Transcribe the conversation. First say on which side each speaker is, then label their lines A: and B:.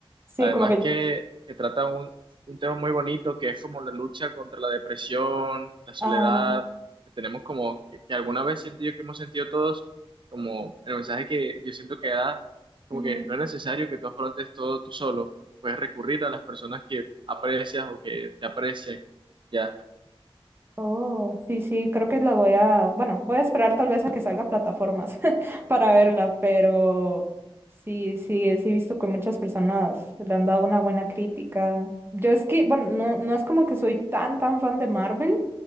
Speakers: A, on the right; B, on the right.
A: Sí,
B: Además
A: como que
B: que, que trata un, un tema muy bonito que es como la lucha contra la depresión, la soledad,
A: Ah,
B: que tenemos como, que, que alguna vez siento yo que hemos sentido todos, como el mensaje que yo siento que da, como
A: ujú.
B: que no es necesario que tú afrontes todo tú solo. Puedes recurrir a las personas que aprecias o que te aprecian. Ya.
A: Oh, sí, sí, creo que la voy a, bueno, voy a esperar tal vez a que salga a plataformas <laughs> para verla, pero sí, sí, sí he visto que muchas personas le han dado una buena crítica. Yo es que, bueno, no, no es como que soy tan, tan fan de Marvel.